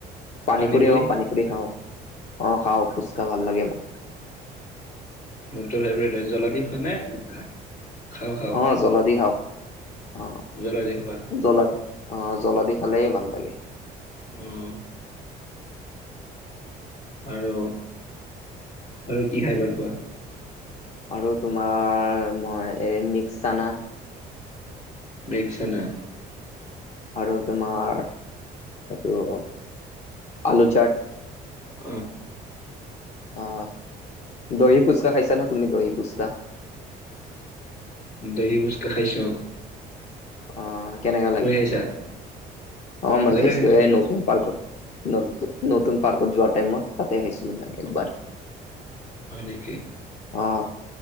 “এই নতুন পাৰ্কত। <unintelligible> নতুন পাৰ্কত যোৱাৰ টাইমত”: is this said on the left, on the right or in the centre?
Left